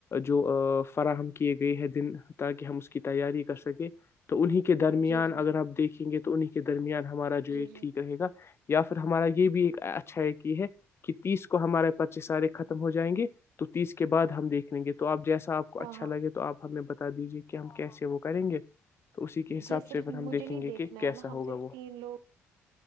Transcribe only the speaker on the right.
جی جی
جی
جی
ہاں
ہاں
یہ
صرف
مجھے
نہیں
دیکھنا
ہے نا ہم
صرف
تین لوگ